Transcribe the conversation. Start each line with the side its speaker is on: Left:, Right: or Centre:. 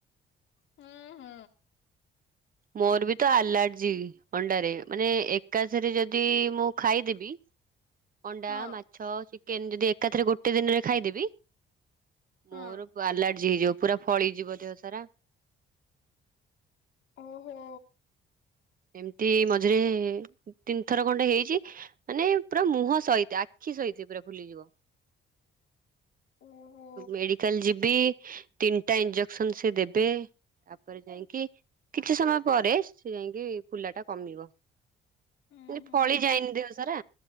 Left: ହୁଁ-ହୁଁ।
Right: ମୋର ବି ତ ଆଲାର୍ଜି ଅଣ୍ଡାରେ, ମାନେ ଏକାଥରେ ଯଦି ମୁଁ ଖାଇଦେବି ଅଣ୍ଡା,
Left: ହଁ
Right: ମାଛ, ଚିକେନ୍ ଯଦି ଏକାଥରେ ଗୋଟେ ଦିନରେ ଖାଇଦେବି
Left: ହଁ
Right: ମୋର ଆଲାର୍ଜି ହେଇଯିବ ପୁରା ଫଳିଯିବ ଦେହ ସାରା।
Left: ଓହୋ।
Right: ଏମ୍ତି ମଝିରେ ତିନିଥର ଖଣ୍ଡେ ହେଇଛି। ମାନେ ପୁରା ମୁହଁ ସହିତ ଆଖି ସହିତେ ପୁରା ଫୁଲିଯିବ।
Left: ଓହୋ
Right: ମେଡିକାଲ୍ ଯିବି ତିନିଟା ଇଞ୍ଜେକ୍ସନ୍ ସେ ଦେବେ। ତାପରେ ଯାଇଁକି କିଛି ସମୟ ପରେ ସେ ଯାଇଁକି ଫୁଲା ଟା କମିବ
Left: ଉଁ
Right: <unintelligible>
Left: ହୁଁ
Right: ଫଳି ଯାଏନି ଦେହ ସାରା